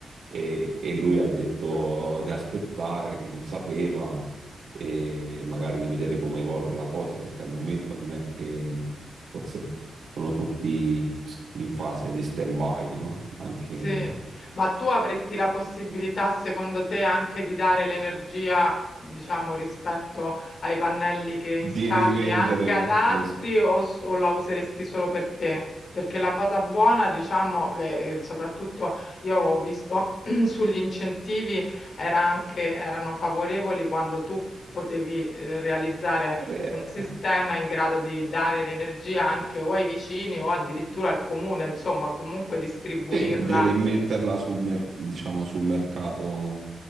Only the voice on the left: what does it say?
Sì, ma tu avresti la possibilità, secondo te, anche di dare l'energia, diciamo, rispetto ai pannelli che installi
anche ad altri
o, s- o la useresti solo per te? Perché la cosa buona, diciamo, che eh, soprattutto io ho visto <clears throat> sugli incentivi era anche, erano favorevoli quando tu potevi eh, realizzare
un sistema in grado di dare l'energia anche o ai vicini o addirittura al comune, insomma, comunque distribuirla.